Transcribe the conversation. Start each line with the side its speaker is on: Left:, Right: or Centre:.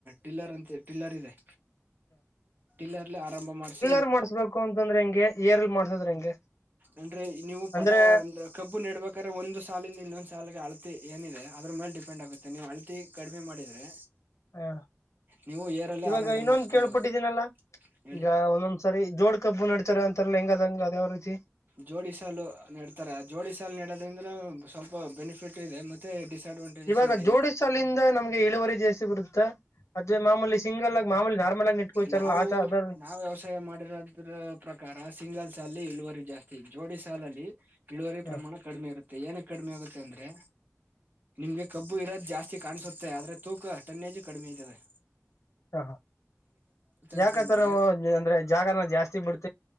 Right: ಟಿಲ್ಲರ್ ಅಂತ ಟಿಲ್ಲರ್ ಇದೆ. ಲ್ಲರ್ಲ್ಲಿ ಆರಂಭ ಮಾಡ್ಸ.
Left: ರು ಮಾಡ್ಸ್ಬೇಕು ಅಂತಂದ್ರೆ ಹೆಂಗೆ? ಏರ್ಲ್ ಮಾಡ್ಸದ್ರೆ ಹೆಂಗೆ?
Right: ಅಂದ್ರೆ ನೀವು ಪಟ
Left: ಅಂದ್ರೆ
Right: ಅಂದ್ರ ಕಬ್ಬು ನೆಡ್ಬೇಕ್ರೆ ಒಂದ. ಸಾಲಿಂದ ಇನ್ನೊಂದು ಸಾಲಗೆ ಅಳತಿ ಏನಿದೆ ಅದ್ರ ಮೇಲೆ ಡಿಪೆಂಡ್ ಆಗುತ್ತೆ ನೀವ್ ಅಳತಿ ಕಡಿಮೆ ಮಾಡಿದ್ರೆ.
Left: ಹಾ
Right: ನೀವು ಏರಲ್ಲೇ
Left: ಇವಾಗ
Right: ಆರಂಭ
Left: ಇನ್ನೊಂದು
Right: ಮಾಡಿಸ್ಕೋಬಹುದು
Left: ಕೇಳ್ಪಿಟ್ಟಿದ್ದೀನಲ್ಲಾ
Right: ಹೇಳಿ
Left: ಈಗ ಒಂದೊಂದ್ಸರಿ ಜೋಡ್. ಕಬ್ು ನಡಡ್ತಾರೆ ಅಂತಾರಲ್ಲ ಹೆಂಗದಂಗ ಅದಾವ ರೀತಿ.
Right: ಜೋಡಿ ಸಾಲು ನೆಡ್ತಾರೆ ಆ ಜೋಡಿ ಸಾಲು ನೆಡೋದ್ರಿಂದನ ಸ್ವಲ್ಪ ಬೆನಿಫಿಟ್ ಇದೆ ಮತ್ತೆ. ಡಿಸ್ಅಡ್ವಾಂಟೇಜಸ್
Left: ಇವಾಗ
Right: ಇದೆ
Left: ಜೋಡಿಸಲಿಂದ ನಮ್ಗೆ ಇಳುವರಿ ಜೇಸ್ತಿ ಬರುತ್ತಾ. ಅದ ಮಾಮೂಲಿ ಸಿಂಗಲ್. ಆಗಿ ಮಾಮೂಲಿ ನಾರ್ಮಲ್ ಆಗಿ ನೆಟ್ಕೋತಾರಲ್ಲ
Right: ನಾವು
Left: ಆತ ಅದರ
Right: ನಾವ್ ವ್ಯವಸಾಯ ಮಾಡಿರೋದ್ರ ಪ್ರಕಾರ ಸಿಂಗಲ್. ಸಾಲಲ್ಲಿ ಇಳವರಿ ಜಾಸ್ತಿ ಜೋಡಿ ಸಾಲಲ್ಲಿ. ಕಳುವರಿ
Left: ಹ
Right: ಪ್ರಮಾಣ ಕಡಿಮೆ ಇರುತ್ತೆ. ಮ ಏನ ಕಡಿಮೆ ಆಗುತ್ತೆ ಅಂದ್ರೆ. ನಿಮ್ಗೆ. ಕಬ್ಬು ಇಡೋದು ಜಾಸ್ತಿ ಕಾಣಸುತ್ತೆ ಆದ್ರೆ ತೂಕ ಟನ್ನೇಾಜು ಕಡಿಮೆ ಇದದೆ.
Left: ಹಾ ಹಾ. ಯಾಕತ್ತರ
Right: ಅಂತಂದ್ರೆ
Left: ಅಂದ್ರೆ ಜಾಗನ ಜಾಸ್ತಿ ಬಿಡ್ತ.